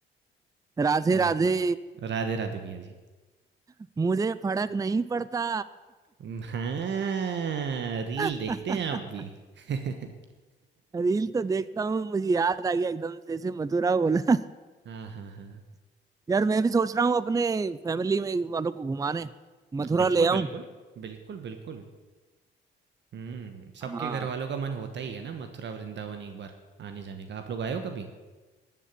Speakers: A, on the right; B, on the right.
A: राधे
B: आ,
A: राधे
B: राधे राधे भैया जी।
A: <laughs> मुझे फर्क नहीं पड़ता
B: हम्म, हाँ, रील
A: <laughs>
B: देखते हैं आप भी। <laughs>
A: रील तो देखता हूँ मुझे याद आ गया एकदम जैसे मथुरा बोला
B: हाँ हाँ हाँ
A: <laughs> यार मैं भी सोच रहा हूँ अपने फैमिली में वालों को घुमाने मथुरा
B: बिल्कुल
A: ले आऊं
B: बिल्कुल बिल्कुल बिल्कुल हुँ, सबके
A: हाँ
B: घरवालों का मन होता ही है ना मथुरा वृंदावन एक बार आने-जाने का। आप लोग आए हो कभी?